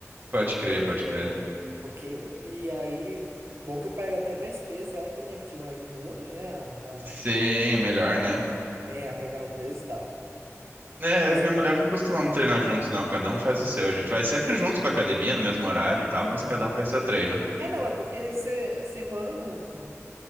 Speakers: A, on the right (about 35°); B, on the right (about 60°).
A: Pode crer,
B: É,
A: pode crer.
B: é, porque, e aí, bom que eu pego até mais peso ela também, porque um ajuda o outro, né, a,
A: Sim,
B: a,
A: melhor, né?
B: é, a pegar o peso e tal.
A: É,
B: Mas,
A: eu e minha mulher não costumamos treinar juntos, não. Cada um faz o seu. A gente vai sempre juntos pra academia, no mesmo horário e tal, mas
B: aham.
A: cada um faz seu treino.
B: É, não, é porque cê- vocês moram juntos, né?